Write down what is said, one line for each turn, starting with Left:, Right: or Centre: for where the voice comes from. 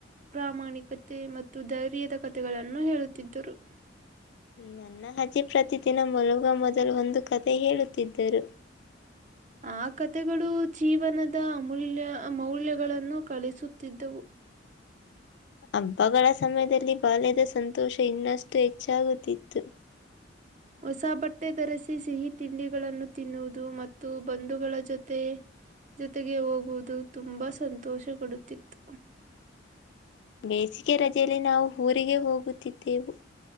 Right: ಪ್ರಾಮಾಣಿಕತೆ ಮತ್ತು ಧೈರ್ಯದ ಕಥೆಗಳು ಹೇಳುತ್ತಿದ್ದರು
Left: ನನ್ನ ಹಜೆ ಪ್ರತಿದಿನ ಮಲಗ ಮೊದಲು ಒಂದು ಕತೆೆ ಹೇಳುತ್ತಿದ್ದರು
Right: ಆ ಕಥೆಗಳು ಜೀವನದ ಅಮೂಲ್ಯ ಮೌಲ್ಯಗಳನ್ನು ಕಳಿಸುತ್ತಿದ್ದವು
Left: ಹಬ್ಬಗಳ ಸಮಯದಲ್ಲಿ ಬಾಲ್ಯದ ಸಂತೋಷ ಇನ್ನಷ್ಟು ಹೆಚ್ಚಾಗುತ್ತಿತ್ತು
Right: ಹೊಸ ಬಟ್ಟೆ ಧರಿಸಿ ಸಿಹಿ ತಿಂಡಿಗಳನ್ನು ತಿನ್ನುವುದು ಮತ್ತು ಬಂಧುಗಳ ಜೊತೆ ಜೊತೆಗೆ ಹೋಗುವುದು ತುಂಬಾ ಸಂತೋಷ ಕೊಡುತ್ತಿತ್ತು.
Left: ಬೇಸಿಗೆ ರಜೆಯಲ್ಲಿ ನಾವು ಊರಿಗೆ ಹೋಗುತ್ತಿದ್ದೆವು.